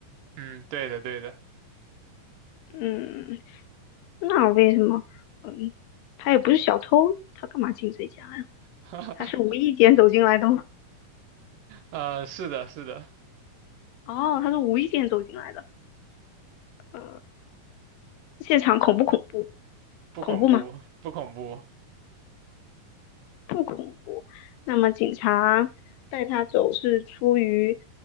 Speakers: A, on the right; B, on the left.
A: 嗯，对的对的，
B: 嗯，那为什么？嗯，他也不是小偷，他干嘛进这家呀？
A: <laughs>
B: 他是无意间走进来的吗？
A: 呃，是的是的，
B: 哦，他是无意间走进来的。呃，现场恐不恐怖？
A: 不恐怖不恐怖，
B: 恐怖吗？不恐怖。那么警察带他走是出于